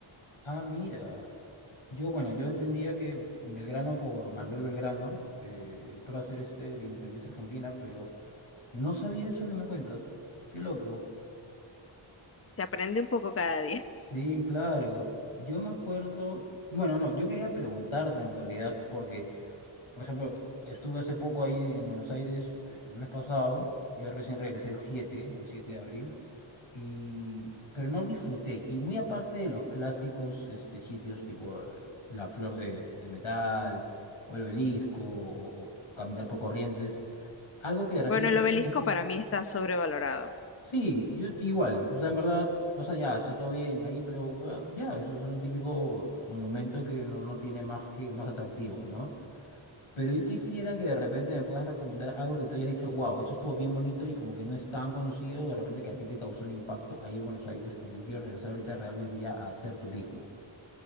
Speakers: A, on the left; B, on the left.
A: Ah, mira. Yo, bueno, yo entendía que Belgrano por Manuel Belgrano, eh, el prócer este de la independencia argentina, pero no sabía eso que me cuentas. Qué loco.
B: Se aprende un poco cada día.
A: Sí, claro. Yo me acuerdo, bueno, no, yo quería preguntarte en realidad, porque Por ejemplo, estuve hace poco ahí en Buenos Aires, eh, el mes pasado, yo recién regresé el siete, el siete de abril, y, pero no disfruté. Y muy aparte de los clásicos este, sitios tipo el- la Flor de, de Metal, o el Obelisco, o, o- o caminar por Corrientes, algo que de repente
B: Bueno, el
A: te
B: obelisco
A: puedes decir,
B: para mí está sobrevalorado.
A: sí, yo igual, o sea, en verdad, o sea, ya, está todo bien ahí, pero ah, ya, eso es un típico monumento que no, no tiene más que más atractivo, ¿no? Pero yo quisiera que de repente me puedas recomendar algo que tú hayas dicho, wow, eso estuvo bien bonito y como que no es tan conocido, de repente que a ti te causó un impacto ahí en Buenos Aires, porque yo quiero regresar ahorita realmente ya a hacer turismo.